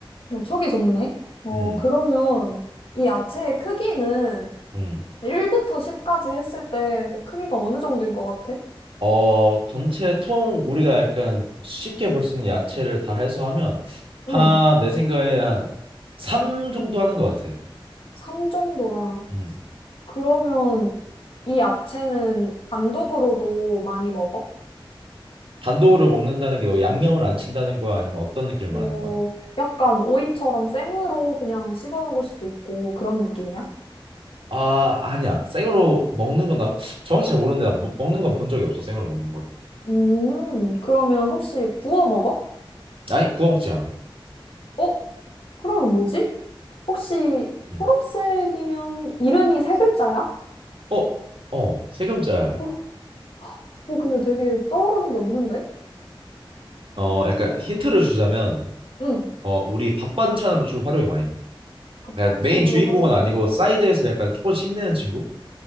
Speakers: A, on the left; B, on the right.
A: 너이 좋네? 어,
B: 음,
A: 그러면 이 야채의 크기는
B: 음.
A: 1부터 10까지 했을 때 크기가 어느 정도인 것 같아?
B: 어, 전체 통 우리가 약간 쉽게 볼 수 있는 야채를 다 해소하면 한
A: 응,
B: 내 생각에 한 3 정도 하는 것 같아.
A: 3 정도라.
B: 음.
A: 그러면 이 야채는 단독으로도 많이 먹어?
B: 단독으로 먹는다는 게 너 양념을 안 친다는 거야? 아니면 어떤 느낌을
A: 어,
B: 말하는 거야?
A: 약간 오이처럼 생으로 그냥 씹어 먹을 수도 있고 그런 느낌이야?
B: 아, 아니야. 생으로 먹는 건 나 정확히 잘 모르는데 나 먹- 먹는 건 본 적이 없어. 생으로 먹는 걸.
A: 음, 그러면 혹시 구워 먹어?
B: 아니, 구워 먹지 않아.
A: 어? 그러면 뭐지? 혹시 초록색이면
B: 음.
A: 이름이 세 글자야?
B: 어, 어, 세금자야.
A: 어, 어, 근데 되게 떠오르는 게 없는데?
B: 어,
A: 음,
B: 약간 힌트를 주자면
A: 응,
B: 어, 우리 밥 반찬으로 좀 활용이 많이 돼.
A: 밥반찬으로
B: 그러니까 메인 주인공은
A: 활용한다.
B: 아니고 사이드에서 약간 조금씩 힘내는 친구?